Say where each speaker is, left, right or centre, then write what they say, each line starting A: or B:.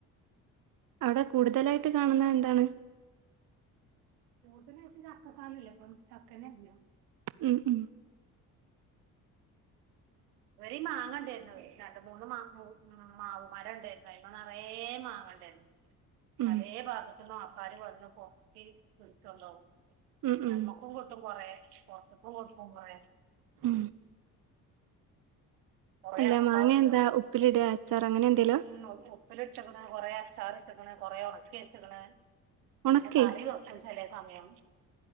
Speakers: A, on the right; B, on the right.
A: അവ്ടെ കൂട്തലായിട്ട് കാണ്ന്നെ എന്താണ്
B: കൂട്തലായ്ട്ട് ചക്കക്കാലല്ലേപ്പം ചക്കെന്നെ <unintelligible>
A: ഉം ഉം
B: ഇത് വരിം മാങ്ങേണ്ടേര്ന്നു രണ്ട് മൂന്ന് മാസം ഉം മാവ് മരണ്ടേയേര്ന്നു അയ്മെ നറേ മാങ്ങണ്ടായ്ര്ന്നു പലേ
A: ഉം
B: ഭാഗെത്തുന്നും ആൾക്കാര് വെന്ന് പൊർക്കി ഇട്ത്തൊണ്ടോവും
A: ഉം
B: ഞമ്മക്കും
A: ഉം
B: ക് ട്ടും കാെറേ പൊർത്ത്ക്കും കൊട്ക്കും കൊറേ
A: ഉം
B: കൊറേ
A: അല്ല
B: അച്ചാറും
A: മാങ്ങ
B: ഇടും
A: എന്താ ഉപ്പിലിടാ അച്ചാറ് അങ്ങെനെ എന്തേലും
B: ഉം ഉപ്പിലിട്ട്ക്ക്ണ് കൊറേ അച്ചാറ്ട്ട്ക്ക്ണ് കൊറേ ഒൺക്ക്യെച്ച്ക്ക്ണ്
A: ഉണക്കേ
B: പിന്നെ കറി വെ ക്കും ചെലേ സമയം